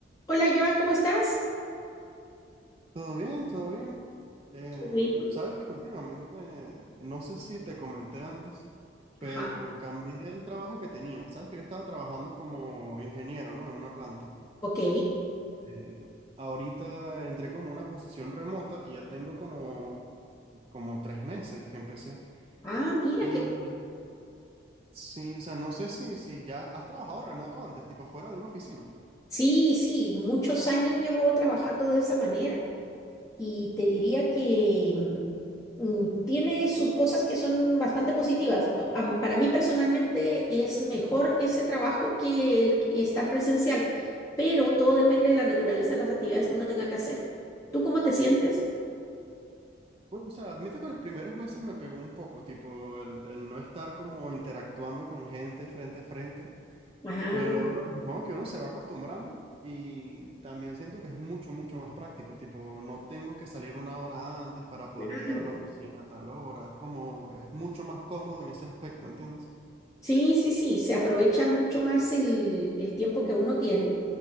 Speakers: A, on the left (about 15°); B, on the right (about 30°).
A: Hola Joan, ¿cómo estás?
B: Todo bien, todo bien. Em,
A: Qué bueno.
B: sabes que últimamente, no sé si te comenté antes, pero
A: Ajá,
B: cambié el trabajo que tenía. Sabes que yo estaba trabajando como ingeniero, ¿no? En una planta.
A: ok.
B: Em, ahorita entré como una posición remota y ya tengo como, como tres meses que empecé.
A: Ah, mira,
B: Y
A: qué bueno.
B: sí, o sea, no sé si, si ya has trabajado remoto antes, tipo fuera de una oficina.
A: Sí, sí, muchos años llevo trabajando de esa manera y te diría que mm, mm, tiene sus cosas que son bastante positivas. Pa- am- Para mí personalmente es mejor ese trabajo que el que estar presencial, pero todo depende de la naturaleza de las actividades que uno tenga que hacer. ¿Tú cómo te sientes?
B: Bueno, o sea, admito que los primeros meses me pegó un poco, tipo el, el no estar como interactuando con gente frente a frente.
A: Ah,
B: Pero bueno, supongo que uno se va acostumbrando y también siento que es mucho, mucho más práctico. Tipo, no tengo que salir una hora antes para poder
A: claro.
B: llegar a la oficina a tal hora. Es como, es mucho más cómodo en ese aspecto, ¿entiendes?
A: Sí, sí, sí, se aprovecha mucho más el, el tiempo que uno tiene